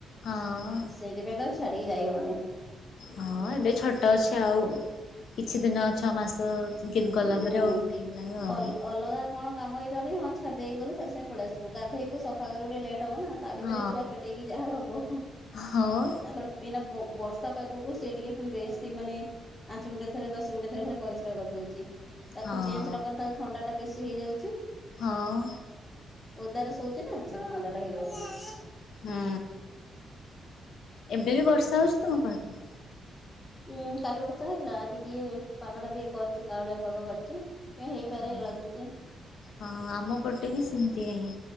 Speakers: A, on the left; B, on the left.
A: ହଁ
B: ସେଇଥିପାଇଁ ତାକୁ ଛାଡିକି ଯାଇ ହଉନେଇ।
A: ହଁ ଏବେ ଛୋଟ ଅଛି ଆଉ କିଛି ଦିନ ଛଅ ମାସ <unintelligible> କଲାପରେ
B: ହୁଁ
A: ଆଉ <unintelligible> ପାରିବ ଆଉ।
B: ଅଲଗା କଣ କାମ ହେଇଥାନ୍ତା କି ହଁ ଛାଡି ହେଇକି ଗଲୁ ସାଙ୍ଗେ ସାଙ୍ଗେ ପଳେଇ ଆସିବୁ ଗାଧୋଇବୁ ସଫା କରିବୁ ଟିକେ ଲେଟ୍ ହେବ ନା। ତା ଭିତରେ
A: ହଁ
B: ଛୁଆ ପେଟେଇକି ଯାହା ହବ,
A: ହଁ
B: ତାପରେ ଏଇନା ବ ବର୍ଷା ପାଗକୁ ସେ ଟିକେ ପୁଣି ବେଶୀ ମାନେ ପାଞ୍ଚ ମିନିଟରେ ଥରେ ଦଶ ମିନିଟରେ ଥରେ ଖାଲି ପରିଶ୍ରା କରି ଦଉଚି। ତାକୁ
A: ହଁ
B: ଚେଞ୍ଜ ନ କଲେ ତାକୁ ଥଣ୍ଡା ଟା ବେଶୀ ହେଇଯାଉଚି।
A: ହଁ
B: ଓଦାରେ ଶଉଚି ନା ସେଥିପାଇଁ ଥଣ୍ଡା ଟା ହେଇଯାଉଚି ତାକୁ।
A: ହୁଁ। ଏବେ ବି ବର୍ଷା ହେଉଚି ତୁମ ପଟେ
B: ଉଁ କାଲି ବର୍ଷା ହେଇଥିଲା। ଆଜି ଟିକେ ପାଗ ଟା ଟିକେ କରିଚି କାଉଳିଆ ପାଗ କରିଚି। ହେଇପାରେ
A: ହଉ
B: ଲାଗୁଚି।
A: ହଁ ଆମ ପଟେ ବି ସେମତିୟା ହିଁ।